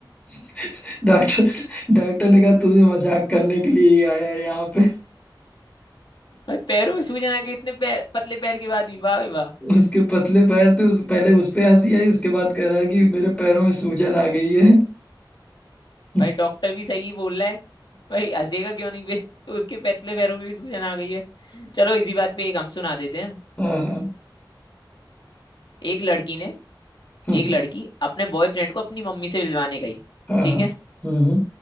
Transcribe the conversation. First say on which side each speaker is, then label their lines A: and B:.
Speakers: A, on the left; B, on the left.
A: <laughs> डॉक्टर डॉक्टर ने कहा तुम्हें मजाक करने के लिए ही आया है यहाँ पे
B: भाई पैरों में सूजन आ गई इतने पैर पतले पैर के बाद भी वाह भाई वाह
A: उसके पतले पैर थे उस पहले उस पे हंसी आई उसके बाद कह रहा है कि मेरे पैरों में सूजन आ गई है <laughs>
B: भाई डॉक्टर भी सही बोल रहा है भाई हंसेगा क्यों नहीं फिर <laughs> उसके पतले पैरों में भी सूजन आ गई है चलो इसी बात पे एक हम सुना देते हैं
A: हाँ हाँ
B: एक लड़की ने
A: हाँ
B: एक लड़की अपने बॉयफ्रेंड को अपनी मम्मी से मिलवाने गई
A: हाँ
B: ठीक है
A: हम्म